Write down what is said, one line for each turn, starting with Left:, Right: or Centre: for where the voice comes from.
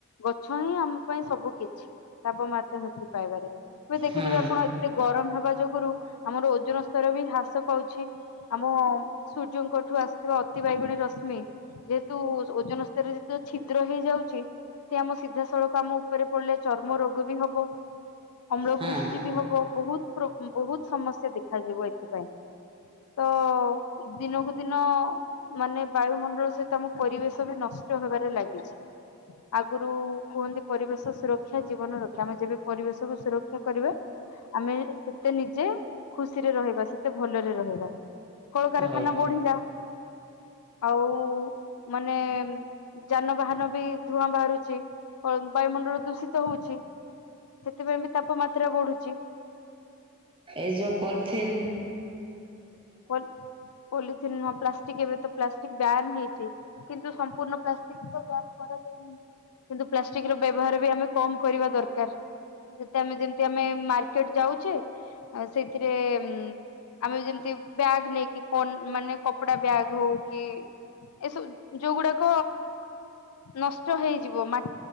Left: ଗଛ ହିଁ ଆମ ପାଇଁ ସବୁ କିଛି ତାପମାତ୍ରା ହ୍ରାସ ପାଇବାରେ। ଏବେ ଦେଖିଥିବେ
Right: ହଁ
Left: ଆପଣ ଏତେ ଗରମ ହେବା ଯୋଗୁରୁ ଆମର ଓଜନ ସ୍ତର ବି ହ୍ରାସ ପାଉଛି। ଆମମ୍। ସୂର୍ଯ୍ୟଙ୍କଠୁ ଆସିୁଥିବା ଅତି ବାଇଗଣି ରଶ୍ମି ଯେହେତୁ ଓଜନ ସ୍ତରରେ ଯେତେବେଳେ ଛିଦ୍ର ହେଇଯାଉଚି। ସେ ଆମ ସିଧାସଳଖ ଆମ ଉପରେ ପଡିଲେ ଚର୍ମ ରୋଗ ବି ହବ। ଅମ୍ଳ
Right: ହଁ
Left: ବୃଷ୍ଟି ବି ହବ। ବହୁତ୍ ପ୍ରୋ ବହୁତ୍ ସମସ୍ୟା ଦେଖାଯିବ ଏଥିପାଇଁ ତଅ ଦିନକୁ ଦିନ ମାନେ ବାୟୁମଣ୍ଡଳ ସହିତ ଆମ ପରିବେଶ ବି ନଷ୍ଟ ହେବାରେ ଲାଗିଛି ।ଆଗରୁ କୁହନ୍ତି ପରିବେଶ ସୁରକ୍ଷା ଜୀବନ ରକ୍ଷା ।ଆମେ ଯେବେ ପରିବେଶକୁୁ ସୁରକ୍ଷା କରିବା ଆମେ ସେତେ ନିଜେ ଖୁସିରେ ରହିବା ସେତେ ଭଲରେ ରହିବା। କଳକାରଖାନା
Right: ହଉ
Left: ବଢିଲା ଆଉ ମାନେ ଯାନବାହାନ ବି ଧୂଆଁ ବାହାରୁଚି। ବାୟୁମଣ୍ଡଳ ଦୂଷିତ ହଉଛି ସେଥିପାଇଁ ବି ତାପମାତ୍ରା ବଢୁଚି।
Right: ଏଯୋପଲଥିନ୍।
Left: ପଲ ପଳିଥିନ୍ ନୁହଁ ପ୍ଲାସ୍ ଠିକ୍ ଏବେ ତ ପ୍ଲାଷ୍ଟିକ ବ୍ୟାନ୍ ହେଇଛି। କିନ୍ତୁ ସମ୍ପୂର୍ଣ୍ଣ ପ୍ପ୍ଲାଷ୍ଟିକ ତ ବ୍ୟାନ୍ କରାଯାଇନି ।କିନ୍ତୁ ପ୍ଲାଷ୍ଟିକ ର ବ୍ୟବହାର ବି ଆମେ କମ୍ କରିବା ଦରକାର। ଯେତ ତମେ ଯେମତି ଆମେ ମାର୍କେଟ ଯାଉଛେ ସେଇଥିରେଉଁ ଆମେ ଯେମତି ବ୍ୟାଗ ନେଇକି ମାନେ କନ୍ କପଡା ବ୍ୟାଗ୍ ହଉ କି ଏସବୁ ଯୋଉଗୁଡାକ ନଷ୍ଟ ହୋଇଯିବ ମାଟି।